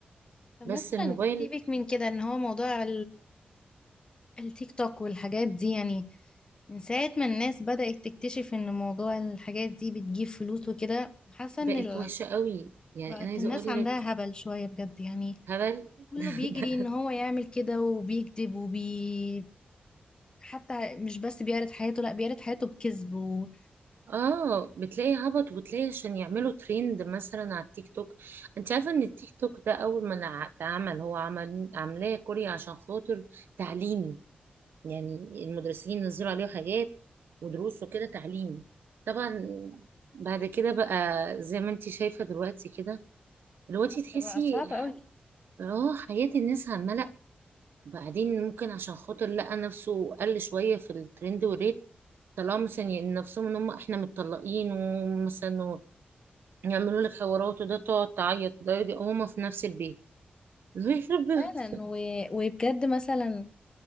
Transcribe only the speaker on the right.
بس
الموبايل
بقت
وحشة قوي يعني
انا عايزة
اقول
لك
هبل
<laughs>
اه بتلاقي هبط وبتلاقي عشان يعملوا ترند مثلا على التيك توك انت عارفه ان التيك توك ده اول ما اتعمل هو عمل عاملاه كوريا عشان خاطر تعليمي يعني المدرسين نزلوا عليه حاجات ودروس وكده تعليمي طبعا بعد كده بقى زي ما انت شايفة دلوقتي كده دلوقتي تحسي
ح-
اه حياة الناس على الملأ بعدين ممكن عشان خاطر لقى نفسه قل شوية في الترند والريت طلعوا مثلا يعني نفسهم ان هم احنا متطلقين ومثلا يعملوا لك حوارات وده تقعد تعيط ده يدي هما في نفس البيت <laughs> يخرب بيت.